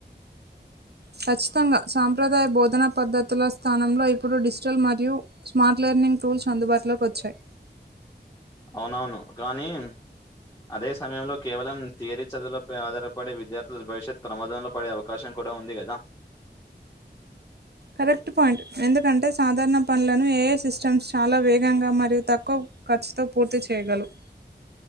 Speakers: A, on the right; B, on the left.
A: ఖచ్చితంగా సాంప్రదాయ బోధనా పద్ధతుల స్థానంలో ఇప్పుడు డిజిటల్ మరియు. స్మార్ట్ లెర్నింగ్ టూల్స్ అందుబాటులోకి వచ్చాయి.
B: అవునవును గానీ. అదే సమయంలో కేవలం తీరీ చదువులపై ఆధారపడే విద్యార్థుల భవిష్యత్ ప్రమోదంలో పడే అవ. కాశం కూడా ఉంది గదా.
A: కరెక్ట్ పాయింట్ ఎందుకంటే సాధారణ పనులను ఏఐ సిస్టమ్స్ చాలా వేగంగా మరియు తక్కు. ఖర్చుతో పూర్తి చేయగలవ్.